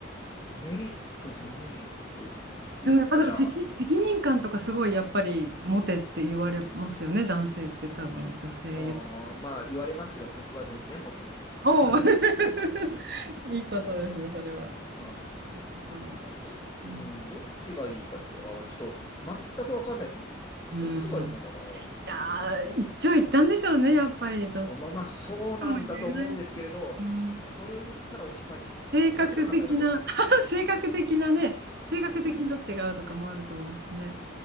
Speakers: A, on the left (about 20°); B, on the right (about 55°).
A: メリット、デメリットって言ったら、
B: でもやっぱだから責、責任感とかすごいやっぱり持てって言われますよね、男性って多分、女性より。
A: うーん、まあ、言われますけど、僕は全然持ってないです。はい。
B: おお <laughs> いいことですね、
A: <laughs>
B: それは。
A: あ
B: いいところで。
A: ー、ど、うん、
B: うん、
A: どっちがいいかって、あー、ちょっと、全くわかんないですね。
B: うんい
A: どっちがいいのかな
B: やー、一長一短でしょうね、やっぱり。どっち
A: まあまあ、そうなんだと思うんですけれど、
B: とも言えないし。うん、
A: それを言ったらおしまいですよ。
B: 性格的な、
A: もうちょっと考えましょ
B: <laughs> 性格的なね、性格的にどっちが合うとかもあると思うしね。
A: う。うん。